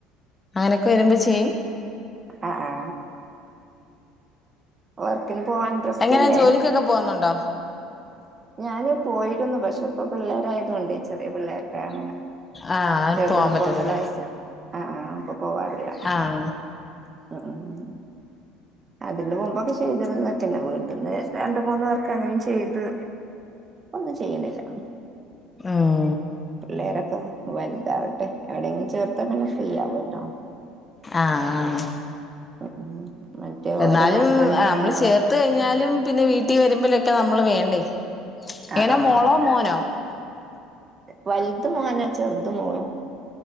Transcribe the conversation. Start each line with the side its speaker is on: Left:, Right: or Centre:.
Left: അങ്ങനൊക്കെ വരുമ്പോൾ ചെയ്യും
Right: ആഹാ ആഹാ വർക്കിന് പോവാൻ ഇൻട്രസ്റ്റ്
Left: എങ്ങനെയാ
Right: ഇല്ലേ
Left: ജോലിക്കൊക്കെ പോകുന്നുണ്ടോ
Right: ഞാന് പോയിരുന്നു പക്ഷെ ഇപ്പ പിള്ളേരായതുകൊണ്ട് ചെറിയ പിള്ളേരുടൊണ്
Left: ആഹ്
Right: ചെറുതിന്
Left: പോവാൻ
Right: ഇപ്പൊ
Left: പറ്റത്തില്ല
Right: ഒന്നര വയസ്സ് ആഹ ഇപ്പൊ പോവാറില്ല
Left: ആഹ്
Right: ഉം ഇതിന്റെ മുമ്പൊക്കെ ചെയ്തിരുന്നു പിന്നെ വീട്ടിൽന്ന് രണ്ട മൂന്ന വർക്ക അങ്ങനും ചെയ്തു ഒന്നും ചെയ്യുണില്ല
Left: അഹ്
Right: പിള്ളേരൊക്കെ വലുതാവട്ടെ എവിടെങ്കിലും ചേർത്തപിന്നെ ഫ്രീയാവല്ലോ
Left: ആഹാ ആഹാ
Right: ഉം ഉം മറ്റേ ഓരെ
Left: എന്നാലും
Right: നോക്കാനും വേണം
Left: നമ്മള്
Right: ആളെ
Left: ചേർ ത്ത് കഴിഞ്ഞാലും പിന്നെ വീട്ടിൽ വരുമ്പോഴൊക്കെ നമ്മൾ വേണ്ടേ
Right: ആഹ്
Left: എങ്ങനെ
Right: ആഹ്
Left: മോളോ മോനോ
Right: വലുത് മോനാ ചെറുത മോളും